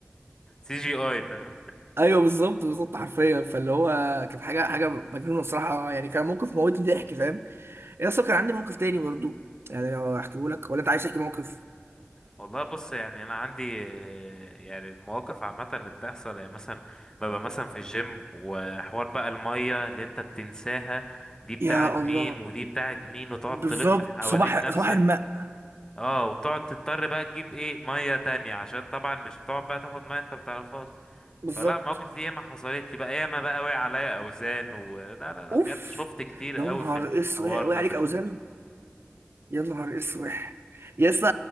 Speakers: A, on the left; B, on the right.
A: سي جي اي فاهم
B: ايوه بالظبط بالظبط حرفيا فاللي هو كانت حاجه حاجه مجنونه الصراحه يعني كان موقف موتني ضحك فاهم يا اصلا كان عندي موقف تاني برضو يعني لو احكيه لك ولا انت عايز تحكي موقف
A: والله بص يعني انا عندي آه، يعني المواقف عامه اللي بتحصل يعني مثلا ببقى مثلا في الجيم وحوار بقى الميه اللي انت بتنساها دي بتاعت
B: يا
A: مين
B: الله
A: ودي بتاعت مين وتقعد
B: بالظبط
A: تلف حوالين
B: صباح
A: نفسك
B: صباح الماء
A: اه وتقعد تضطر بقى تجيب ايه ميه تانية عشان طبعا مش هتقعد بقى تاخد ميه انت بتعرفهاش
B: بالظبط
A: فلا المواقف دي ياما حصلت لي بقى ياما بقى وقع عليا اوزان و لا لا لا
B: اوف
A: بجد شفت كتير
B: يا
A: قوي
B: نهار
A: في الحوار
B: اسود وقع
A: ده
B: عليك
A: فاهم
B: اوزان يا نهار اسوح يا اسطى